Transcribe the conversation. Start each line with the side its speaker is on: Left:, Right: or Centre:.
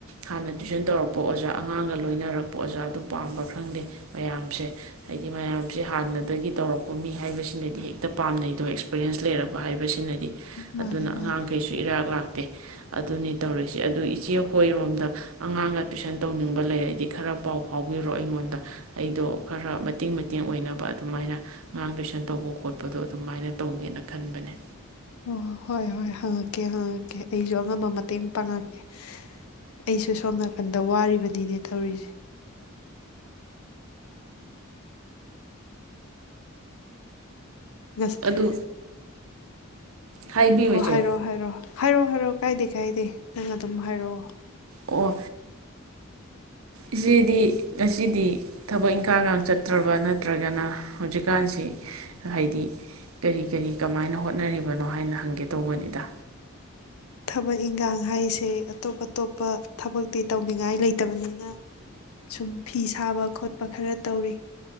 Right: ꯍꯥꯟꯅ ꯇꯨꯏꯁꯟ ꯇꯧꯔꯛꯄ ꯑꯣꯖꯥ ꯑꯉꯥꯡꯒ ꯂꯣꯏꯅꯔꯛꯄ ꯑꯣꯖꯥꯗꯨ ꯄꯥꯝꯕ꯭ꯔꯥ ꯈꯪꯗꯦ ꯃꯌꯥꯝꯁꯦ ꯍꯥꯏꯗꯤ ꯃꯌꯥꯝꯁꯦ ꯍꯥꯟꯅꯗꯒꯤ ꯇꯧꯔꯛꯄ ꯃꯤ ꯍꯥꯏꯕꯁꯤꯅꯗꯤ ꯍꯦꯛꯇ ꯄꯥꯝꯅꯩꯗꯣ ꯑꯦꯛꯁꯄꯔꯤꯟꯁ ꯂꯩꯔꯕ ꯍꯥꯏꯕꯁꯤꯅꯗꯤ
Left: ꯃꯥꯅꯦ
Right: ꯑꯗꯨꯅ ꯑꯉꯥꯡꯈꯩꯁꯨ
Left: ꯃꯥꯅꯦ
Right: ꯏꯔꯥꯛ ꯂꯥꯛ ꯅꯠꯇꯦ ꯑꯗꯨꯅꯤ ꯇꯧꯔꯤꯛꯏꯁꯦ ꯑꯗꯨ ꯏꯆꯦ ꯍꯣꯏꯔꯣꯝꯗ ꯑꯉꯥꯡꯒ ꯇꯨꯏꯁꯟ ꯇꯧꯅꯤꯡꯕ ꯂꯩꯔꯗꯤ ꯈꯔ ꯄꯥꯎ ꯐꯥꯎꯕꯤꯔꯣ ꯑꯩꯉꯣꯟꯗ ꯑꯩꯗꯣ ꯈꯔ ꯃꯇꯦꯡ ꯃꯇꯦꯡ ꯑꯣꯏꯅꯕ ꯑꯗꯨꯃꯥꯏꯅ ꯑꯉꯥꯡ ꯇꯨꯏꯁꯟ ꯇꯧꯕ ꯈꯣꯠꯄꯗꯣ ꯑꯗꯨꯃꯥꯏꯅ ꯇꯧꯒꯦꯅ ꯈꯟꯕꯅꯦ
Left: ꯑꯣ ꯍꯣꯏ ꯍꯣꯏ ꯍꯪꯉꯛꯀꯦ ꯍꯪꯉꯛꯀꯦ ꯑꯩꯁꯨ ꯑꯉꯝꯕ ꯃꯇꯦꯡ ꯄꯥꯡꯉꯛꯀꯦ ꯑꯩꯁꯨ ꯁꯣꯝ ꯅꯥꯀꯟꯗ ꯋꯥꯔꯤꯕꯅꯤꯅꯦ ꯇꯧꯔꯤꯁꯦ <unintelligible>
Right: ꯑꯗꯨ ꯍꯥꯏꯕꯤꯌꯨ
Left: ꯑꯣ
Right: ꯏꯆꯦ
Left: ꯍꯥꯏꯔꯣꯑꯣ ꯍꯥꯏꯔꯣꯑꯣ ꯍꯥꯏꯔꯛꯑꯣ ꯍꯥꯏꯔꯛꯑꯣ ꯀꯥꯏꯗꯦ ꯀꯥꯏꯗꯦ ꯅꯪ ꯑꯗꯨꯝ ꯍꯥꯏꯔꯛꯑꯣ
Right: ꯑꯣ ꯏꯆꯦꯗꯤ ꯉꯁꯤꯗꯤ ꯊꯕꯛ ꯏꯪꯈꯥꯡꯒ ꯆꯠꯇ꯭ꯔꯕ ꯅꯠꯇ꯭ꯔꯒꯅ ꯍꯧꯖꯤꯛꯀꯥꯟꯁꯤ ꯍꯥꯏꯗꯤ ꯀꯔꯤ ꯀꯔꯤ ꯀꯃꯥꯏꯅ ꯍꯣꯠꯅꯔꯤꯕꯅꯣ ꯍꯥꯏꯅ ꯍꯪꯒꯦ ꯇꯧꯕꯅꯤꯗ
Left: ꯊꯕꯛ ꯏꯟꯈꯥꯡ ꯍꯥꯏꯁꯦ ꯑꯇꯣꯞ ꯑꯇꯣꯞꯄ ꯊꯕꯛꯇꯤ ꯇꯧꯅꯤꯡꯉꯥꯏ ꯂꯩꯇꯕꯅꯤꯅ ꯁꯨꯝ ꯐꯤ ꯁꯥꯕ ꯈꯣꯠꯄ ꯈꯔ ꯇꯧꯔꯤ